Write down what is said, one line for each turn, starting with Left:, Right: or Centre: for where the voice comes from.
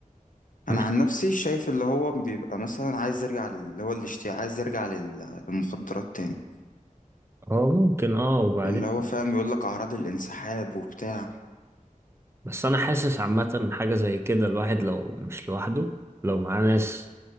Left: انا
Right: مش
Left: عن نفسي شايف اللي هو بيبقى مثلا عايز يرجع لل- اللي هو الاشتياق عايز يرجع لل- للمخدرات تاني
Right: هو ممكن اه وبعدين
Left: اللي هو فاهم يقول لك اعراض الانسحاب وبتاع
Right: بس انا حاسس عامة حاجة زي كده الواحد لو مش لوحده لو معاه ناس